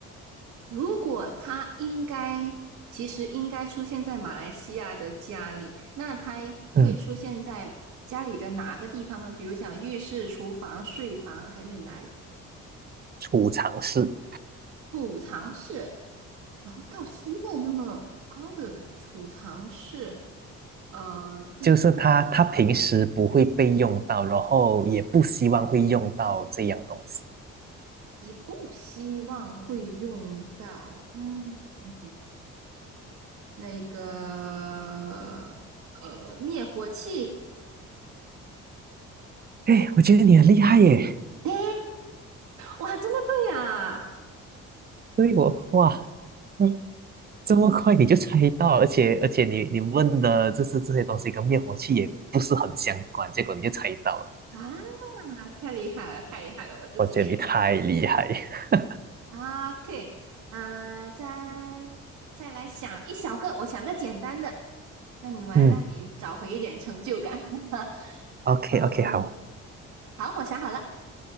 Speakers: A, on the right (about 90°); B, on the right (about 30°).
A: 如果它应该，其实应该出现在马来西亚的家里，那它会出现在家里的哪个地方呢？
B: 嗯，
A: 比如讲浴室、厨房、睡房还是哪里？
B: 储藏室
A: 储藏室，然后到膝盖那么高的储藏室，呃，电
B: 就是它，它平时不会被用到，然后也不希望会用到这样东西。
A: 也不希望会用到。嗯。那个呃灭火器 <laughs>
B: 哎，我觉得你很厉害耶！
A: 诶，哇，真的对啊！
B: 对我哇，嗯，这么快你就猜到，而且 <laughs> 而且你你问的就是这些东西跟灭火器也不是很相关，结果你就猜到了，
A: 啊，太厉害了，太厉害了，我自己。
B: 我觉得你太厉害。
A: <laughs>
B: <laughs>
A: OK，嗯、呃再再来想一小个，我想个简单的，让你玩，
B: 嗯
A: 让你找回一点成就感。<laughs>
B: ，OK OK
A: 嗯，
B: 好
A: 好，我想好了，